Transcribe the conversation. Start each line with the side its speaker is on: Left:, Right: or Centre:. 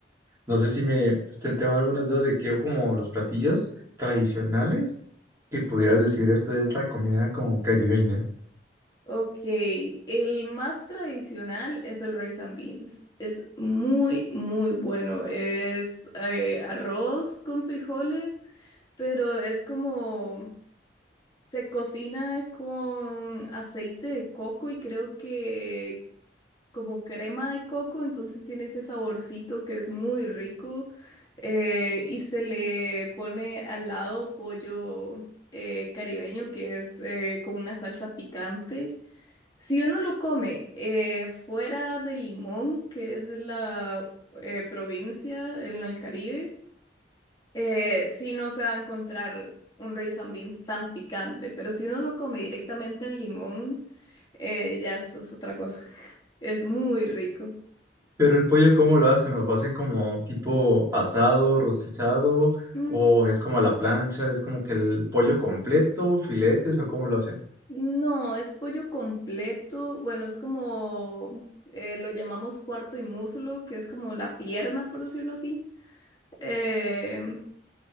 Right: No sé si me, este, tengo algunas dudas de que como los platillos tradicionales, que pudieras decir esto es la comida como caribeña.
Left: Ok, el más tradicional es el rice and beans. Es muy, muy bueno. Es eh, arroz con frijoles, pero es como se cocina con aceite de coco y creo que como crema de coco, entonces tiene ese saborcito que es muy rico eh, y se le pone al lado pollo eh, caribeño que es eh, con una salsa picante. Si uno lo come eh, fuera de Limón, que es la eh, provincia en el Caribe, eh, sí no se va a encontrar un rice and beans tan picante, pero si uno lo come directamente en Limón, eh, ya eso es otra cosa. <laughs> Es muy rico.
Right: Pero el pollo, ¿cómo lo hacen? ¿Lo hacen como tipo asado, rostizado?
Left: Mm,
Right: ¿O es como a la plancha? ¿Es como que el pollo completo, filetes o cómo lo hacen?
Left: No, es pollo completo. Bueno, es como eh, lo llamamos cuarto y muslo, que es como la pierna, por decirlo así. Em,